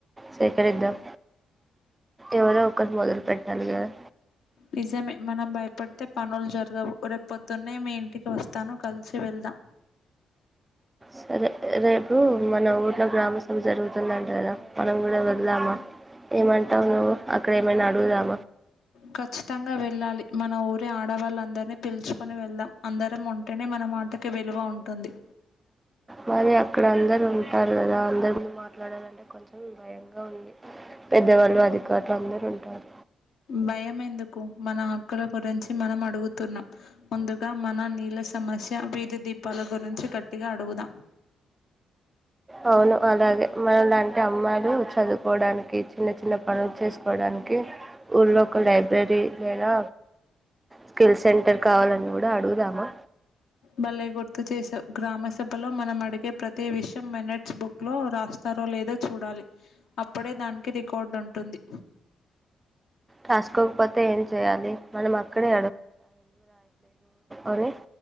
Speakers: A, on the right (about 20°); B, on the left (about 75°).
A: సేకరిద్దాం ఎవరో ఒకరు మొదలు పెట్టాలి కదా
B: నిజమే మనం భయపడితే పనులు జరగవు రేపు పొద్దున్నే మీ ఇంటికి వస్తాను కలిసి వెళ్దాం
A: సరే రేపు మన ఊర్లో గ్రామ సభ జరుగుతుందంట కదా మనం కూడా వెళ్దామా ఏమంటావు నువ్వు అక్కడ ఏమైనా అడుగుదామా
B: కఖచ్చితంగా వెళ్ళాలి మన ఊరే ఆడవాళ్ళందరుూ అ పిలుచుకొని వెళ్దాం అందరం ఉంటేనే మనం అంతకి విలువ ఉంటుంది
A: మరి అక్కడ అందరు ఉంటారు కదా అందరు మీరు మాట్లాడాలింటే కొంచెం భయంగా ఉంది పెద్దవాళ్ళు అధికారులు అందరుూ ఉంటారు
B: భయం ఎందుకు మన హక్కుల గురించి మనం అడుగు ముందుగా మన నీళ్ళ సమస్య వీధి దీపాల గు నుంచి కట్టిగా అడుగుదా
A: అవును అలాగే మనం లాంటి అమ్మాయిలు చదువుకోవడానికి చిన్న చి చిన్న పనులు చేసుకోవడానికి ఊళ్లో ఒక లైబ్రరీ లేదా స్కిల్ సెంటర్ కావాలండి మ కూడా అడుగుదాము
B: మళ్ళీ గుర్తు చేశావు గ్రామసభలో మనం అడిగే ప్రతి విషయం మెినట్స్ బుక్లో రాస్తారో లేదో చూడాలి అప్పుడే దానికి రికార్డు ఉంటుంది
A: రాసుకోకపోతే ఏం చేయాలి మనం అక్కడే అరే